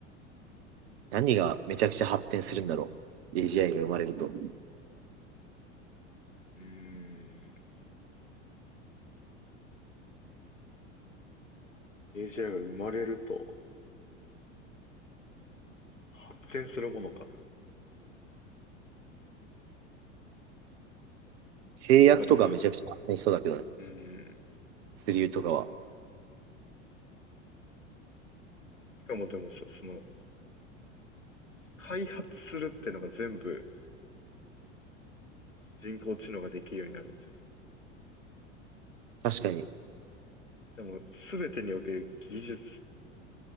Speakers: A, on the right; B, on the left.
A: 何がめちゃくちゃ発展するんだろう。AGI が生まれると。
B: ーん。AGI が生まれると発展するものか。
A: 制約とかめちゃくちゃ発展しそうだけどね。
B: まあでも、うん。
A: スリューとかは。
B: しかもでもそその、開発するってのが全部人工知能ができるようになるんじ
A: 確かに。
B: ゃん。でも、全てにおける技術、